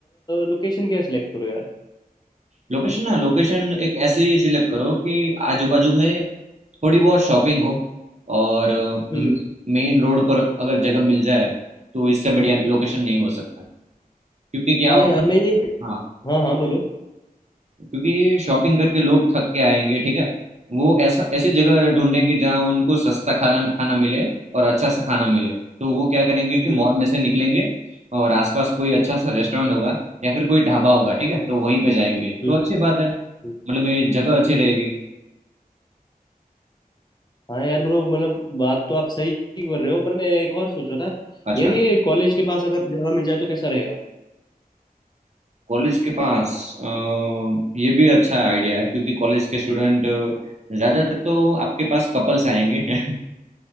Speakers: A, on the left; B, on the right.
A: लोकेशन क्या सिलेक्ट करूँ यार
B: लोकेशन ना लोकेशन एक ऐसी सिलेक्ट करो कि आजू बाजू में थोड़ी बहुत शॉपिंग हो और
A: हम्म
B: मेन रोड पर अगर जगह मिल जाए तो इससे बढ़िया लोकेशन नहीं हो सकता क्योंकि क्या
A: हाँ
B: होगा
A: यार मैं ये
B: हाँ
A: हाँ हाँ बोलो
B: क्योंकि शॉपिंग करके लोग थक के आएंगे ठीक है वो ऐसा ऐसी जगह ढूंढेंगे जहाँ उनको सस्ता खाना खाना मिले और अच्छा सा खाना मिले तो वो क्या करेंगे कि मॉल
A: हम्म
B: में से निकलेंगे और आसपास कोई अच्छा सा रेस्टोरेंट होगा या फिर कोई ढाबा होगा ठीक है तो वहीं पे जाएंगे
A: हम्म
B: तो अच्छी बात है
A: हम्म।
B: मतलब ये जगह अच्छी रहेगी
A: हाँ यार ब्रो मतलब बात तो आप सही कर रहे हो पर मैं एक और सोच रहा था
B: अच्छा
A: यार ये कॉलेज के पास अगर जगह मिल जाए तो कैसा रहेगा
B: कॉलेज के पास अ, ये भी अच्छा आइडिया है क्योंकि कॉलेज के स्टूडेंट ज़्यादातर तो आपके पास कपल्स आएंगे <laughs>